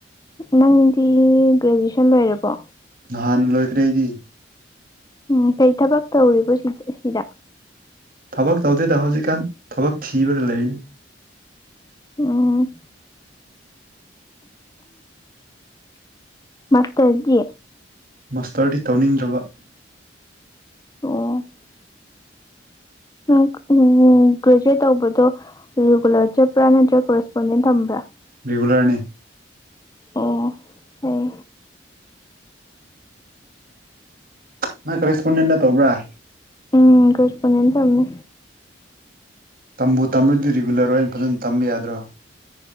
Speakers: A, on the left; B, on the right.
A: ꯅꯪꯗꯤ ꯒ꯭ꯔꯦꯖꯨꯑꯦꯁꯟ ꯂꯣꯏꯔꯕꯣ
B: ꯅꯍꯥꯟꯅ ꯂꯣꯏꯈ꯭ꯔꯩꯗꯤ
A: ꯎꯝ ꯀꯩ ꯊꯕꯛ ꯇꯧꯔꯤꯕꯣ ꯁꯤ ꯁꯤꯗ
B: ꯊꯕꯛ ꯇꯧꯗꯦꯗ ꯍꯧꯖꯤꯛꯀꯥꯟ ꯊꯕꯛ ꯊꯤꯕ꯭ꯔꯥ ꯂꯩꯔꯤ
A: ꯑꯣ ꯃꯥꯁꯇꯔꯖꯤ
B: ꯃꯥꯁꯇꯔꯗꯤ ꯇꯧꯅꯤꯡꯗ꯭ꯔꯕ
A: ꯇꯣ ꯅꯪ ꯒ꯭ꯔꯦꯖꯨꯋꯦꯠ ꯇꯧꯕꯗꯣ ꯔꯤꯒꯨꯂꯔ ꯆꯠꯄ꯭ꯔꯥ ꯅꯠꯇ꯭ꯔꯒ ꯀꯣꯔꯦꯁꯄꯣꯟꯗꯦꯟ ꯊꯝꯕ꯭ꯔꯥ
B: ꯔꯤꯒꯂꯔꯅꯦ
A: ꯑꯣ ꯑꯣ
B: ꯅꯪ ꯀꯔꯦꯁꯄꯣꯟꯗꯦꯟꯗ ꯇꯧꯕ꯭ꯔꯥ
A: ꯎꯝ ꯀꯆꯄꯅꯤꯦ ꯇꯅꯤ
B: ꯇꯝꯕꯨ ꯇꯝꯂꯗꯤ ꯔꯤꯒꯨꯂꯔ ꯑꯣꯏ ꯑꯩꯅ ꯐꯖꯅ ꯇꯝꯕ ꯌꯥꯗ꯭ꯔꯣ